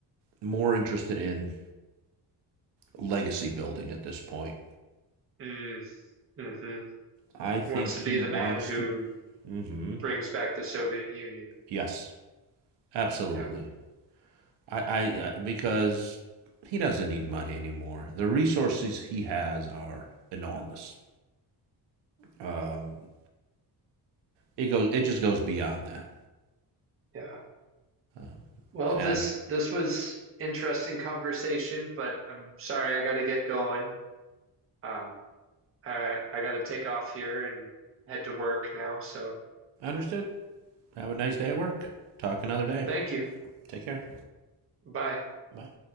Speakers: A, on the right; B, on the right.
A: more interested in legacy building at this point.
B: mm, hmm
A: I think
B: wants
A: he
B: to be the
A: wants
B: man who
A: to. hmm
B: brings back the Soviet Union.
A: Yes, absolutely.
B: Yeah.
A: I, I, I because he doesn't need money anymore. The resources he has are enormous. Um, it goes, it just goes beyond that.
B: Yeah.
A: Um,
B: Well,
A: and
B: this this was interesting conversation, but I'm sorry I got to get going. Um, I I got to take off here and head to work now. So
A: understood. Have a nice day at work. Talk another day.
B: thank you.
A: Take care.
B: Bye.
A: Bye.